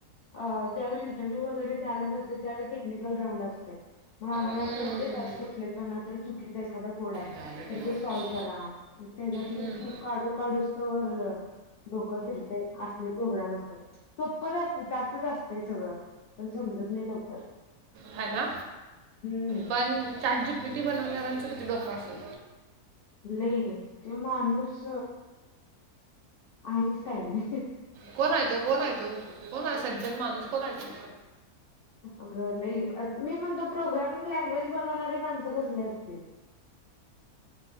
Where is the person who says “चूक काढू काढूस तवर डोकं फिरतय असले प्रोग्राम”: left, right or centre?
Left